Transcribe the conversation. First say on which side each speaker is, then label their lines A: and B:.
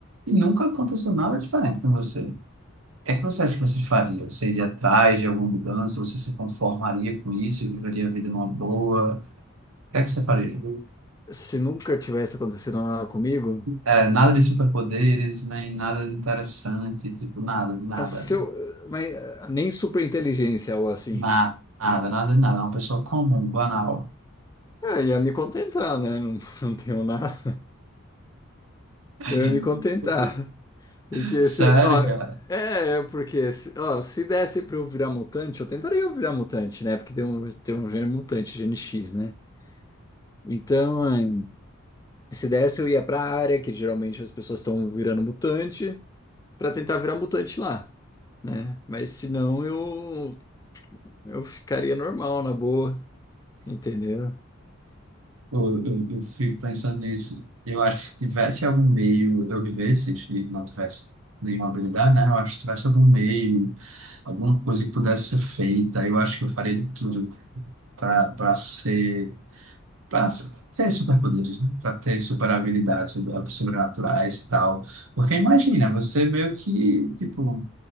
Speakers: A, on the right; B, on the left.
A: e nunca aconteceu nada diferente com você. O que é que você acha que você faria? Você iria atrás de alguma mudança? Você se conformaria com isso? Viveria a vida numa boa? O que é que você faria?
B: Se nunca tivesse acontecido nada comigo,
A: É, nada de superpoderes, nem nada de interessante, tipo, nada, de nada.
B: ah, se mas ah, nem super inteligência ou assim.
A: Nada, nada, nada, de nada. É Uma pessoa comum, banal.
B: Ah, ia me contentar, né? Não, <laughs> não tenho nada.
A: <laughs>
B: Eu ia me contentar. Porque
A: Sério,
B: se, ó, é, é porque se, ó, se desse pra eu virar mutante, eu tentaria eu virar mutante, né? Porque tem um, tem um gene mutante, gene X, né? Então, ahn, se desse, eu ia pra área, que geralmente as pessoas estão virando mutante, pra tentar virar mutante lá, né? Mas se não, eu, eu ficaria normal, na boa, entendeu?
A: Eu, eu, eu fico pensando nisso. Eu acho que se tivesse algum meio, eu vivesse e não tivesse nenhuma habilidade, né? Eu acho que se tivesse algum meio, alguma coisa que pudesse ser feita, eu acho que eu faria de tudo para para ser para ter superpoderes, né? Para ter super habilidades sobre- sobrenaturais e tal. Porque imagina, você meio que tipo